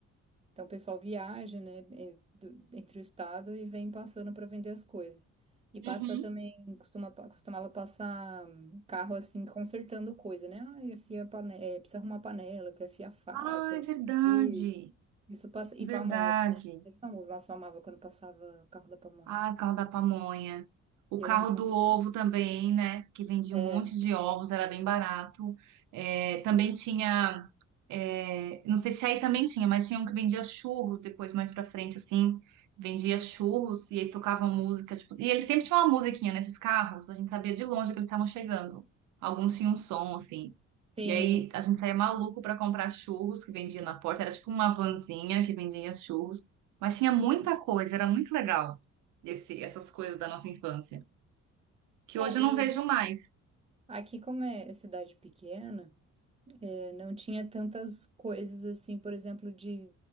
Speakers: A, on the right; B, on the right.
A: Então o pessoal viaja, né, en- do- entre o estado e vem passando para vender as coisas. E
B: Uhum.
A: passa também, costuma, pa- costumava passar hum, carro assim, consertando coisa, né? Ah, afia pane- é, precisa arrumar panela, quer afiar faca,
B: Ah,
A: não
B: é verdade.
A: sei o quê. Isso passa. E
B: Verdade.
A: pamonha também. né? Esse famoso, nossa, eu amava quando passava o carro da pamonha.
B: Ah, o carro da pamonha. O
A: Eu
B: carro
A: amo pamonha.
B: do ovo também, né? Que vendia
A: É,
B: um monte de ovos, era bem barato. É, também tinha. é, não sei se aí também tinha, mas tinha um que vendia churros depois, mais pra frente, assim. Vendia churros e aí tocavam música. Tipo, e eles sempre tinham uma musiquinha nesses carros, a gente sabia de longe que eles estavam chegando. Alguns tinham um som, assim.
A: sim.
B: E aí a gente saía maluco pra comprar churros que vendia na porta. Era tipo uma vanzinha que vendia churros. Mas tinha muita coisa, era muito legal esse, essas coisas da nossa infância. Que
A: É,
B: hoje eu
A: e.
B: não vejo mais.
A: Aqui, como é cidade pequena, eh, não tinha tantas coisas assim, por exemplo, de,